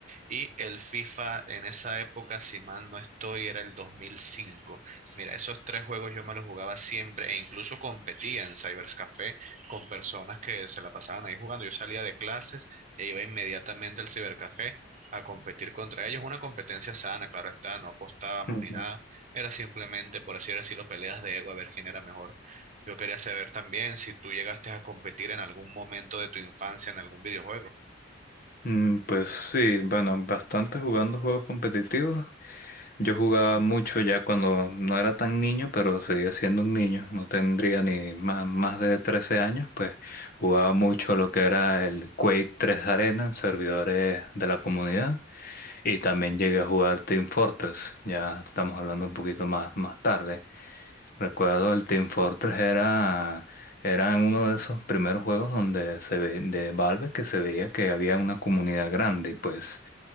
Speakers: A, on the right; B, on the left.
A: y el FIFA en esa época, si mal no estoy, era el 2005. Mira, esos tres juegos yo me los jugaba siempre e incluso competía en Cybers Café con personas que se la pasaban ahí jugando. Yo salía de clases e iba inmediatamente al Cibercafé a competir contra ellos. Una competencia sana, claro está, no apostábamos
B: Ujú.
A: ni nada. Era simplemente, por así decirlo, peleas de ego a ver quién era mejor. Yo quería saber también si tú llegaste a competir en algún momento de tu infancia en algún videojuego.
B: Mm, Pues sí, bueno, bastante jugando juegos competitivos. Yo jugaba mucho ya cuando no era tan niño, pero seguía siendo un niño. No tendría ni más, más de 13 años, pues jugaba mucho lo que era el Quake tres Arena en servidores de la comunidad. Y también llegué a jugar Team Fortress. Ya estamos hablando un poquito más, más tarde. Recuerdo el Team Fortress era, era uno de esos primeros juegos donde se ve, de Valve que se veía que había una comunidad grande y pues